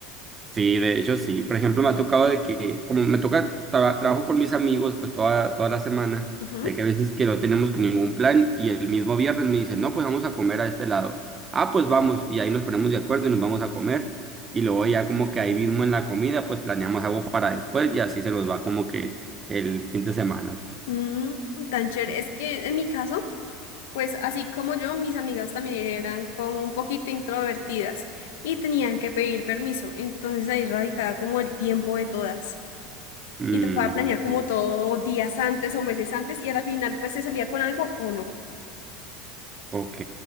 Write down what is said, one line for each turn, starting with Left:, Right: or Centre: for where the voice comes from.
Right: Sí, de hecho sí. Por ejemplo, me ha tocado de que, como me toca, tra- trabajo con mis amigos pues toda, toda la semana,
Left: Ujú.
Right: de que a veces que no tenemos ningún plan y el mismo viernes me dicen, no, pues vamos a comer a este lado. Ah, pues vamos. Y ahí nos ponemos de acuerdo y nos vamos a comer. Y luego ya como que ahí mismo en la comida pues planeamos algo para después y así se nos va como que el fin de semana. pues.
Left: Mm, tan chévere. Es que en mi caso, pues así como yo, mis amigas también eran como un poquito introvertidas y tenían que pedir permiso. Entonces ahí radicaba como el tiempo de todas.
Right: Mm,
Left: Y tocaba planear
Right: ok.
Left: como todo días antes o meses antes y a la final pues se salía con algo o no.
Right: Ok.